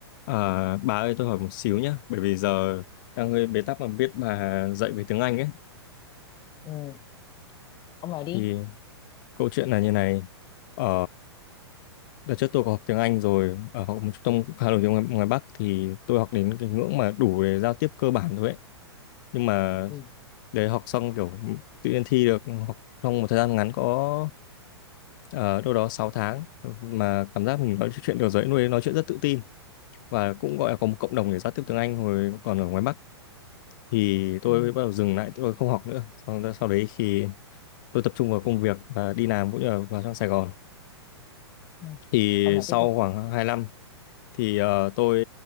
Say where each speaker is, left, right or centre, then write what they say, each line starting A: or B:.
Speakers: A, on the left; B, on the left.
A: À, bà ơi tôi hỏi một xíu nhé bởi vì giờ đang hơi bế tắc mà biết bà dạy về tiếng Anh ấy
B: ừ ông nói đi
A: thì câu chuyện là như này ở đợt trước tôi có học tiếng Anh rồi ở học một trung tâm cũng khá
B: Ừ.
A: nổi tiếng ngoài, ngoài Bắc thì tôi học đến cái ngưỡng mà đủ để giao tiếp cơ bản thôi ấy nhưng mà
B: ừ
A: để học xong kiểu tự nhiên thi được học trong một thời gian ngắn có ờ, đâu đó 6 tháng mà cảm giác mình nói chuyện được rồi nuôi nói chuyện rất tự tin và cũng gọi là có một cộng đồng để giao tiếp tiếng Anh hồi còn ở ngoài Bắc thì tôi
B: ừ
A: bắt đầu dừng lại tôi không học nữa xong đó, sau đấy thì tôi tập trung vào công việc và đi làm cũng như là vào trong Sài Gòn
B: ừ
A: thì
B: ông nói
A: sau
B: tiếp đi
A: khoảng 2 năm thì ờ, tôi